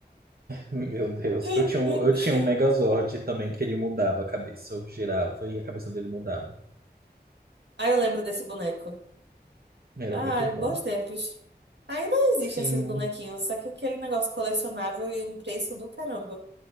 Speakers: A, on the right; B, on the right.
A: Meu Deus.
B: <laughs>
A: Eu tinha, um- eu tinha um Megazord também que ele mudava a cabeça. Eu girava e a cabeça dele mudava.
B: Aí eu lembro desse boneco.
A: Era
B: Ai,
A: muito bom.
B: bons tempos. Ainda existe
A: Sim.
B: esses bonequinhos, só que aquele negócio colecionável e um preço do caramba.